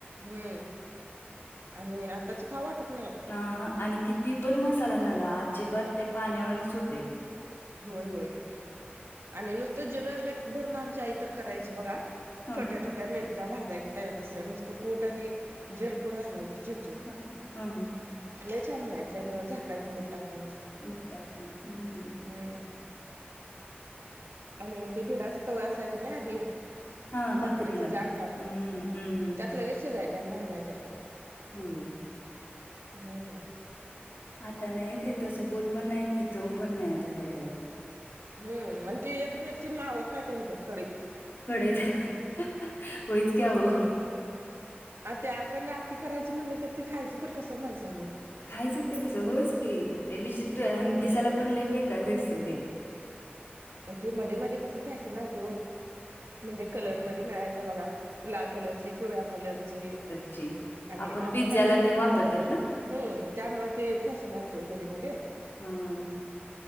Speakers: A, on the right (about 85°); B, on the left (about 65°).
A: हम्म आणि आताची खाऊ वाटत नाही.
B: आहां आणि किती पण मसाला घाला, अजिबात ते पाण्यावाणीच होतंय.
A: होय होय आणि नुसतं जिरं मीठ भरून आमची आई तर करायची बघा
B: हां
A: छोट्या छोट्या मिरच्या भाजायच्या तव्यात नुसतं कूट आणि जिरपूड घालायची. चिचून.
B: हां हां हां
A: लय छान व्हायची आणि झाकायची मीठ टाकून मस्त.
B: मीठ टाकून हं.
A: हं. आणि ते भिडाच तवय असायचं ना आधी.
B: हां भाकरीला
A: भाकरीचं
B: हम्म
A: जाड जाड,
B: हम्म हम्म.
A: त्यात लगेच शिजायच्या आणि भाजायच्या पण.
B: होय.
A: हं.
B: आता नाही ते तसं होत पण नाही आणि ती चवपण नाही आता त्या ह्याला.
A: हम्म आणि ती एक मिरची मावत नाही त्या ह्याच्यात कढईत.
B: कढई झाकायला, होईच की आओ.
A: आन ते अखंड आखी करायची म्हणले तर, ते खायची तर कसं माणसांनी?
B: खायचं तर कसं होयच की. ते विचित्र
A: हम्म
B: आणि दिसायला पण लय बेकार दिसतय ते.
A: ते मध्ये मध्ये कसं फॅशन आलती ओ. म्हणजे कलरमध्ये
B: ते
A: मिळायया बघा, लाल कलरची, पिवळ्या कलरची.
B: ची.
A: आणि
B: आपण
A: आता
B: पिझ्झ्याला
A: त्यात
B: ते वापरत्यात ना?
A: हम्म त्यामुळं ते फॅशन आलते ओ मध्ये मध्ये.
B: हम्म